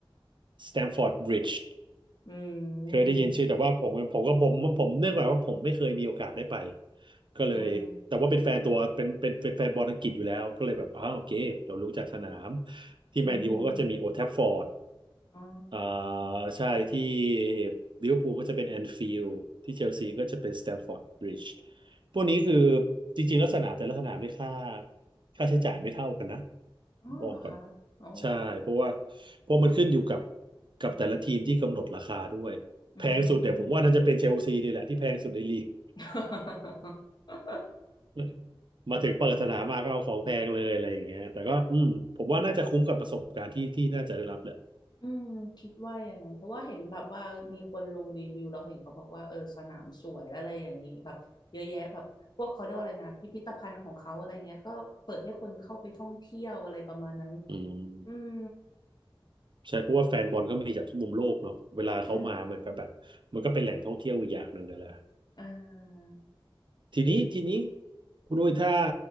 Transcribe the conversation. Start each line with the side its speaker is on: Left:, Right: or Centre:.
Right: สแตมฟอร์ดบริดจ์
Left: อืม
Right: เคยได้ยินชื่อแต่ว่าผมผมก็ผมผมเนื่องจากว่าผมไม่เคยมีโอกาสได้ไปก็เลยแต่ว่าเป็นแฟนตัวเป็นเป็นเป็นแฟนบอลอังกฤษอยู่แล้วก็เลยแบบอ้าวโอเคเรารู้จักสนาม
Left: อื
Right: ที่แมนยูเขาก็จะมีโอ
Left: ม
Right: d ท f ฟอร์ด
Left: อ๋อ
Right: อ่าใช่ที่ลิเวอร์พูลก็จะเป็นแอนฟิลด์ที่เชลซีก็จะเป็นสแตมฟอร์ดบริดจ์พวกนี้คือจริงๆลักษณะแต่ละสนามนี่ค่าค่าใช้จ่ายไม่เท่ากันนะ
Left: อ๋อเหรอคะ
Right: บอกก่อน
Left: โอ้
Right: ใช่เพราะว่าเพราะมันขึ้นอยู่กับกับแต่ละทีมที่กำหนดราคาด้วยแพงสุดเนี่ยผมว่าน่าจะเป็นเชลซีนี่แหละที่แพงสุดในลีก
Left: อืมอืม <laughs>
Right: <laughs> มาถึงเปิดสนามมาก็เอาของแพงเลยอะไรอย่างเงี้ยแต่ก็อืมผมว่าน่าจะคุ้มกับประสบการณ์ที่ที่น่าจะได้รับแหละ
Left: อืมคิดว่าอย่างนั้นเพราะว่าเห็นแบบว่ามีคนลงรีวิวแล้วเห็นเขาบอกว่าเออสนามสวยอะไรอย่างนี้แบบเยอะแยะแบบพวกเขาเรียกว่าอะไรนะพิพิธภัณฑ์ของเขาอะไรเงี้ยก็เปิดให้คนเข้าไปท่องเที่ยวอะไรประมาณนั้น
Right: อืม
Left: อืม
Right: ใช่เพราะว่าแฟนบอลก็มีจากทุกมุมโลกเนาะเวลาเขามามันก็แบบมันก็เป็นแหล่งท่องเที่ยวอีกอย่างหนึ่งนั่นแหละ
Left: ใช่อ่า
Right: ทีนี้ทีนี้คุณอุ้ยถ้า